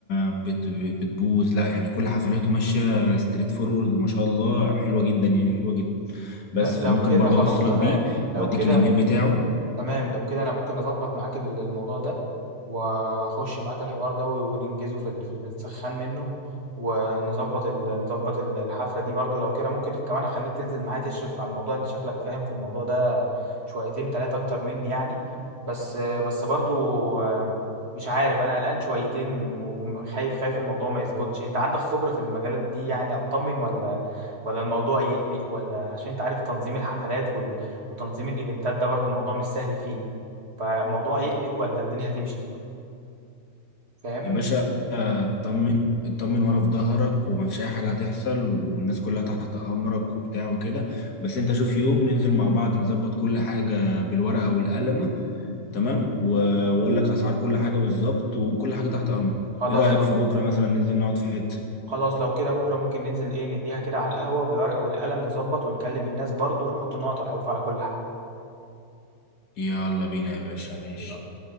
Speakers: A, on the left (about 80°); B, on the right (about 45°).
A: بت- بتبوظ لا يعني كل حفلاته ماشية ستريت فورورد ما شاء الله حلوة جدا يعني حلوة جدا
B: لا
A: بس فممكن
B: لو كده
A: برضه
B: خلاص
A: اوصلك
B: تمام
A: بيه
B: لو
A: او اديك
B: كده
A: الايميل بتاعه
B: تمام لو كده انا ممكن اظبط معاك ال- الموضوع ده واخش معاك الحوار ده و- وننجزه في ال- في ال- في السخان منه ونظبط ال- نظبط ال- الحفله دي برضو لو كده ممكن كمان اخليك تنزل معايا تشرف على الموضوع انت شكلك فاهم في الموضوع ده شويتين تلاتة اكتر مني يعني بس بس برضو آه، مش عارف انا قلقان شويتين وخايف خايف الموضوع ما يظبطش انت عندك خبرة في المجالات دي يعني اطمن ولا ولا الموضوع يقلق ولا عشان انت عارف تنظيم الحفلات وتنظيم الايفنتات ده برضو الموضوع مش سهل فيه فالموضوع يقلق ولا الدنيا هتمشي فاهمني
A: يا باشا اطمن اطمن وانا في ظهرك ومفيش اي حاجه هتحصل والناس كلها تحت امرك وبتاع وكده بس انت شوف يوم ننزل مع بعض نظبط كل حاجه بالورقه والقلمه تمام و- واقول لك اسعار كل حاجه بالظبط وكل حاجه تحت امرك
B: خلاص
A: ايه رايك
B: لو
A: في بكره مثلا ننزل نقعد في حته
B: خلاص لو كده بكره ممكن ننزل ايه نديها كده على القهوه بالورقه والقلم نظبط ونكلم الناس برضو ونحط النقط على الحروف على كل حاجه
A: يلا بينا يا باشا ماشي
B: يلا.